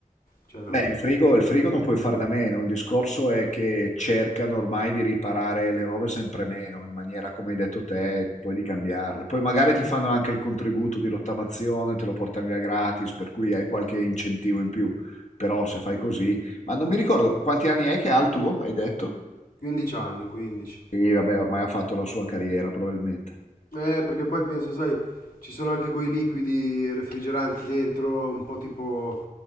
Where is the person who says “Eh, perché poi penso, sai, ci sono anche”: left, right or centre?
Left